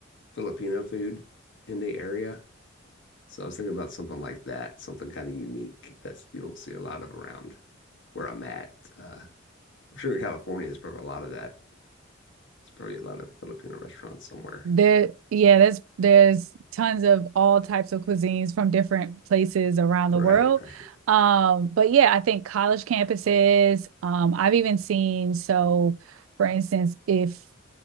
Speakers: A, on the left; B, on the right.
A: Filipino food in the area. So I was thinking about something like that, something kind of unique that's you don't see a lot of around where I'm at. Uh, I'm sure in California there's probably a lot of that. There's probably a lot of Filipino restaurants somewhere.
B: There,
A: <laughs>
B: yeah, there's there's tons of all types of cuisines from different places around
A: Right,
B: the world.
A: right,
B: Um, but yeah, I think college campuses, um, I've even seen so for instance, if